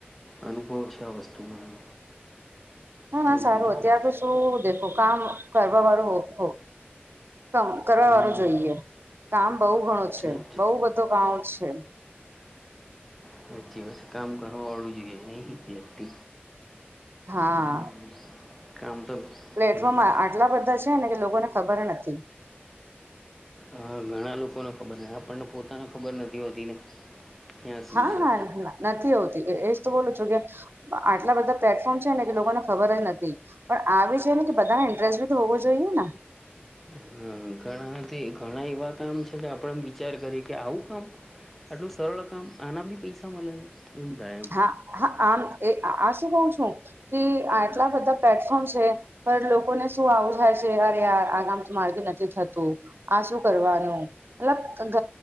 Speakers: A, in the centre; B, on the right.
A: અનુભવ છે આ વસ્તુનો એમ
B: હ ના
A: એવું
B: સારું
A: કીધું હતું
B: અત્યારે તો શું દેખો કામ કરવા વાળું હો <unintelligible> કરવા
A: હમ
B: વાળું જોઈએ કામ બઉ ઘણું છે
A: સાચ
B: બઉ બધુ કામ છે
A: સાચી વાત છ કામ કરવા વાળું જોઈએ નહિ કે વ્યક્તિ
B: હા
A: હમ
B: <unintelligible>
A: કામ તો
B: પ્લેટફોર્મ
A: હમ
B: આટલા બધા <unintelligible> ને કે લોકો ને ખબર નથી
A: હા ઘણા લોકોને ખબર આ પણણને પોતાને ખબર નથી હોતી ને. ક્યાં શું
B: હા
A: છે
B: હા નથી આવતી એજ તો બોલું છું કે. આટલા બધા પ્લેટફોર્મ છે ને કે લોકોને ખબર જ નથી. પણ આવી જોઈ ને કે બધાને ઇન્ટરેસ્ટ બી તો હોવો જોઈએ ને.
A: હહમ્મ ઘણાથી ઘણા એવા કામ છે કે આપણે વિચાર કરી કે આવું કામ. આટલું સરળ કામ આના બી પૈસા મળે એમ જાય એ.
B: હા હા આમ આ શું કવ છું કે આ આટલા બધા પ્લેટફોર્મ છે. પણ લોકોને શું આવું થાય છે અરે આ ગામ તો માર્ગ નથી થતું. આ શું કરવાનું. મતલબ